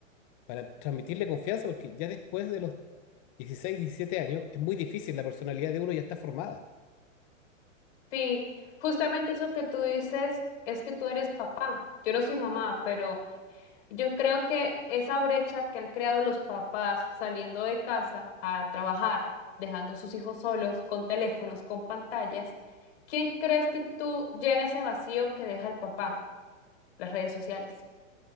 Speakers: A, on the left; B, on the left.
A: para transmitirle confianza, porque ya después de los 16 17 años es muy difícil, la personalidad de uno ya está formada.
B: Sí, justamente eso que tú dices es que tú eres papá. Yo no soy mamá, pero yo creo que esa brecha que han creado los papás saliendo de casa a trabajar, dejando a sus hijos solos, con teléfonos, con pantallas, ¿quién crees que tú llena ese vacío que deja el papá? Las redes sociales.